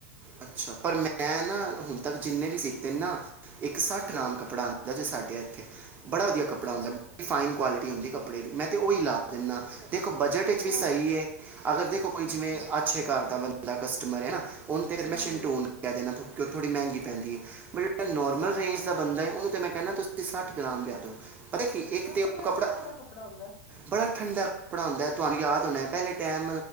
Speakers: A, on the right (about 20°); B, on the left (about 45°).
A: ਅੱਛਾ, ਪਰ ਮੈਂ ਨਾ ਹੁਣ ਤੱਕ ਜਿੰਨੇ ਵੀ ਸੀ। ਤਿੰਨਾ, ਇੱਕ ਸੱਠ ਗਰਾਮ ਕੱਪੜਾ ਆਦਾ ਜੇ ਸਾਡੇ ਇੱਥੇ ਬੜਾ ਵਧੀਆ ਕੱਪੜਾ
B: ਅੱਛਾ
A: ਆਦਾ ਫਾਈਨ ਕੁਆਲਟੀ ਹੁੰਦੀ ਕੱੜੇ ਦੀ ਮ ਉਹੀ ਹੀ ਲਾ ਦਿੰਨਾ
B: ਅੱਛਾ,
A: ਦੇਖੋ ਬਜਟ
B: ਅੱਛਾ,
A: ਵਿੱਚ ਵੀ ਸਹੀ ਹੈ, ਅਗਰ ਦੇਖੋ ਜਿਵੇਂ
B: ਅੱਛਾ,
A: ਅੱਛੇ ਘਰ ਦਾ ਬੰਦਾ ਕਸਟਮਰ ਹੈ ਨਾ ਉਹ
B: ਹੂੰ-ਹੂੰ,
A: ਮੈਂਛਨ ਟੁਨ ਕਹਿ ਦੇਣਾ ਕਿ ਥੋੜੀ ਮਹਿੰਗੀ ਪੈਂਦੀ ਹੈ। ਜਿਹੜਾ ਨੋਰਮਲ
B: ਅੱਛਾ।
A: ਰੇਂਜ ਦਾ ਬੰਦਾ ਹੈ ਉਹਨੂੰ, ਤੇ ਮੈਂ ਕਹਿੰਦਾ ਤੁਸੀਂ ਸੱਠ ਗ੍ਰਾਮ ਲਿਆ ਦੋ। ਪਤਾ ਕੀ ਇੱਕ
B: ਸੱਠ
A: ਤਾਂ ਉਹ
B: ਗ੍ਰਾਮ
A: ਕੱਪੜਾ
B: ਕਿਹੜਾ ਕੱਪੜਾ ਹੁੰਦਾ ਐ?
A: ਬੜਾ ਠੰਡਾ ਕੱਪੜਾ ਹੁੰਦਾ ਤੁਹਾਨੂੰ ਯਾਦ ਹੋਣਾ। ਪਹਿਲੇ ਟੈਮ